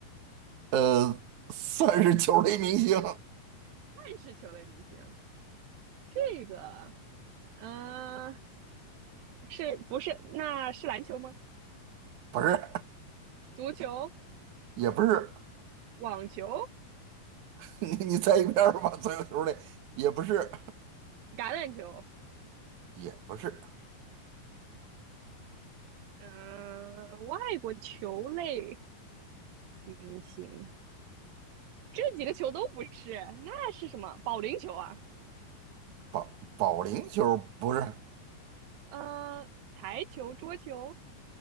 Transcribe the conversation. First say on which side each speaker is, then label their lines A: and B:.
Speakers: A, on the right; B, on the right.
A: 呃，算是球类明星，
B: 万是球类明星。这个，呃，是不是？那是篮球吗？
A: 不是，
B: 足球、
A: <laughs> 也不是。
B: 网球、
A: <laughs> 你你猜一遍儿吧，<laughs> 足右球类，也不是，
B: 橄榄球。
A: <laughs> 也不是。
B: 嗯、外国球类明星，这几个球都不是，那是什么？保龄球啊？
A: 保保龄球不是，
B: 呃，台球、桌球。